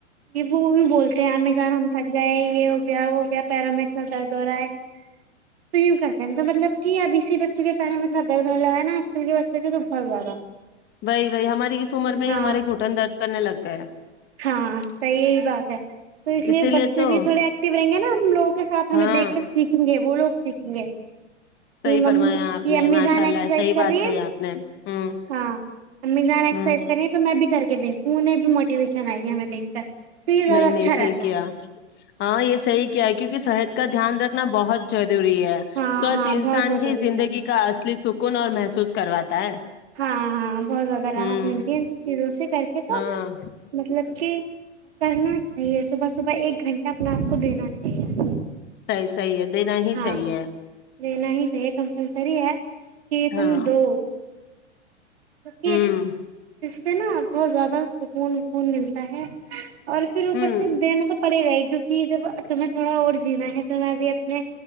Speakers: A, on the right; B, on the left.
A: یہ وہ بھی بولتے ہیں ہمیں جان ہم تھک گئے یہ ہو گیا وہ ہو گیا پیرامیڈ درد ہو رہا ہے تو یوں کرتے ن تو مطلب کہ اب اسی بچ چہ پہے میں ات دنے لگائے نا تو بہت زیادہ
B: بی وہی ہماری اس عمر میں
A: ہاں
B: ہی ہمارے گھٹن درج کرنے لگتا کہ
A: ہاں صحیح یہی بات ہے تو اس لیے
B: اسی
A: بچے
B: تو
A: بھی تھوڑے ایکٹیو رہیں گے نا ہم لوگوں کے ساتھ ہمیں
B: ہاں
A: دیکھ کر سیکھیں گے وہ لوگ سیکھیں گے کہ
B: صحیح فرمایا آپ نے
A: امی
B: ماشاء
A: جان
B: اللہ
A: ایکسرسائز
B: صحیح
A: کر
B: بات
A: رہی ہیں
B: کہی آپ نے ہوں
A: ہاں امی جان ایکسرسائز
B: ہوں
A: کر رہی ہیں تو میں بھی کر کے دیکھ وہ نہیں م موٹیویشن آئی ہے ہمیں دیکھ کر تو یہ زیادہ
B: نہیں نہیں
A: اچھا رہتا
B: صحیح کیا
A: ہے
B: ہاں یہ صحی کیا کیا کیونکہ سحت کا دھیان رکھنا بہت ضروری ہے
A: ہاں
B: سوچھ
A: ہاں
B: انسان
A: بہت ضروری
B: کی زندگی
A: ہے
B: کا اصلی سکون اور محسوس کرواتا ہے
A: ہاں ہاں بہت زیادہ راحت
B: ہوں
A: ملتی ہے ان سب چیزوں سے کر کے تو
B: ہاں
A: مطلب کہ کرنا چاہیے صبح صبح ایک گھنٹہ اپنا کو دینا چاہے
B: صحیح صحیح ہے دینا ہی
A: ہاں
B: چاہیے
A: دینا ہی چاہے کمپلسری ہے کہ
B: ہاں
A: تم دو مک
B: ہوں
A: سے نا بہت زیادہ سکون وکون ملتا ہے اور پھر اوپر
B: ہوں
A: سے دینا تو پڑے ہی رہا ہی کیونکہ جی جب تمہیں تھوڑا اور جینا ہے تویں ا بھی اپنے